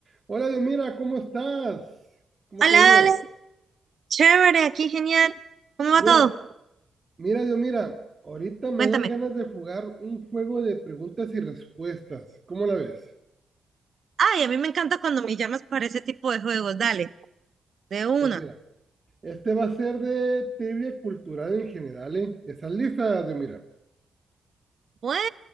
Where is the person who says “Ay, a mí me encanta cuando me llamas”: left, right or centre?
Right